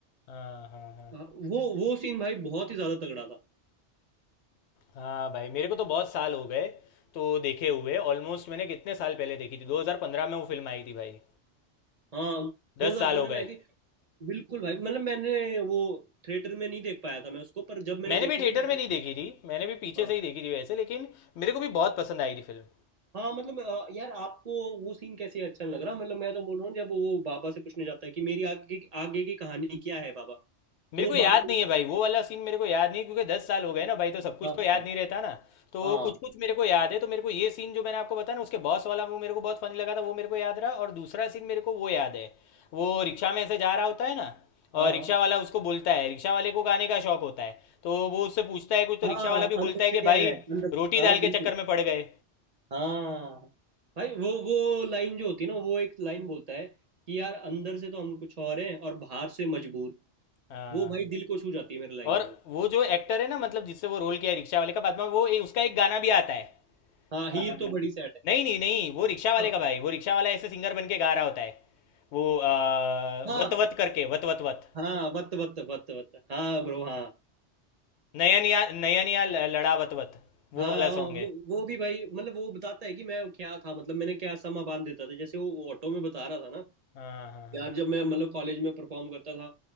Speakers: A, on the left; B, on the right.
A: हाँ हाँ हाँ
B: हाँ, वो वो सीन भाई बहुत ही ज्यादा तगड़ा था
A: हाँ भाई मेरे को तो बहुत साल हो गए तो देखे हुए ऑलमोस्ट मैंने कितने साल पहले देखी थी 2015 में वो फिल्म आई थी भाई
B: हाँ
A: दस
B: 2015
A: साल हो गए
B: में आई थी बिल्कुल भाई मतलब मैंने वो थिएटर में नहीं देख पाया था मैं उसको पर जब मैंने
A: मैंने
B: देखी
A: भी थिएटर
B: थी ना भाई
A: में नहीं देखी थी मैंने भी पीछे
B: हाँ
A: से ही देखी थी वैसे लेकिन मेरे को भी बहुत पसंद आई थी फिल्म
B: हाँ मतलब अ, यार आपको वो सीन कैसे अच्छा नहीं लग रहा मतलब मैं तो बोल रहा हूँ जब वो बाबा से पूछने जाता है कि मेरी आगे आगे की कहानी क्या है बाबा
A: मेरे
B: तो वो
A: को याद
B: बाबा
A: नहीं है भाई वो वाला सीन मेरे को याद नहीं क्योंकि दस साल हो गए ना भाई तो सब कुछ
B: हाँ
A: तो याद
B: हाँ
A: नहीं रहता ना तो
B: हाँ
A: कुछ कुछ मेरे को याद है तो मेरे को ये सीन जो मैंने आपको बताया ना उसके बॉस वाला वो मेरे को बहुत फनी लगा था वो मेरे को याद रहा और दूसरा सीन मेरे को वो याद है वो रिक्शा में ऐसे जा रहा होता है ना
B: हाँ
A: और
B: हाँ।"
A: रिक्शा वाला उसको बोलता है रिक्शा वाले को गाने का शौक होता है तो वो उससे पूछता है कुछ तो
B: हाँ
A: रिक्शा वाला भी
B: अंदर
A: बोलता है
B: से
A: कि
B: क्या
A: भाई
B: है अंदर
A: रोटी
B: से हाँ
A: दाल के
B: बिल्कुल
A: चक्कर में पड़ गए
B: हाँ भाई वो वो लाइन जो होती है ना वो एक लाइन बोलता है कि यार अंदर से तो हम कुछ और हैं और बाहर से मजबूर
A: हाँ
B: वो
A: हाँ।
B: भाई दिल को छू जाती है मेरी लाइन
A: और
B: वो
A: वो जो एक्टर है ना मतलब जिससे वो रोल किया है रिक्शा वाले का बाद में वो ए, उसका एक गाना भी आता है
B: हाँ हीर
A: अ,
B: तो बड़ी सैड है
A: नहीं नहीं नहीं वो रिक्शा वाले
B: हाँ
A: का भाई वो रिक्शा वाला ऐसे सिंगर बन के गा रहा होता है वो अ,
B: हाँ
A: वत वत करके वत वत वत
B: हाँ वत वत वत वत हाँ ब्रो हाँ
A: नयनिया नयनिया ल- लड़ा वत वत
B: हाँ
A: वो वाला
B: वो
A: सॉन्ग है
B: वो भी भाई मतलब वो बताता है कि मैं क्या था मतलब मैंने क्या समा बांध देता था जैसे वो ऑटो में बता रहा था ना
A: हाँ हाँ हाँ
B: यार जब मैं मतलब कॉलेज में परफॉर्म करता था